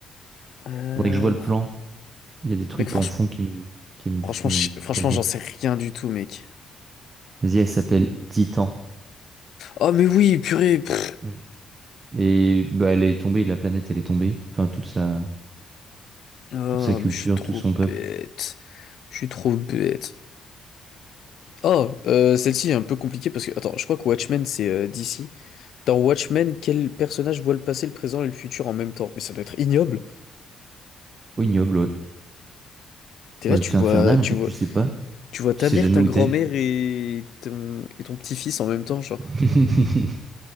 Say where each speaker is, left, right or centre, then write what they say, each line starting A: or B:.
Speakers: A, on the left; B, on the right.
A: Euh...
B: Faudrait que je vois le plan. Il y a des trucs
A: Mec, franchement.
B: en fond qui me, qui me
A: Franchement,
B: font
A: je- franchement,
B: prédire.
A: j'en sais rien du tout, mec.
B: Vas-y, elle s'appelle Titan.
A: Oh, mais oui, purée. pff.
B: Hmm. Et bah, elle est tombée, la planète, elle est tombée. Enfin, toute sa,
A: Oh,
B: Toute sa culture,
A: mais je suis trop
B: tout son peuple.
A: bête. Je suis trop bête. Oh, euh, celle-ci est un peu compliquée parce que, attends, je crois que Watchmen, c'est euh, DC. Dans Watchmen, quel personnage voit le passé, le présent et le futur en même temps? Mais ça doit être ignoble.
B: Oh, ignoble, ouais.
A: T'es là,
B: Bah,
A: tu
B: c'est
A: vois,
B: infernal,
A: tu
B: en fait,
A: vois,
B: tu sais pas.
A: tu vois ta
B: Tu sais
A: mère,
B: jamais
A: ta
B: où
A: grand-mère
B: t'es.
A: et ton, et ton petit-fils en même temps, genre.
B: <laughs>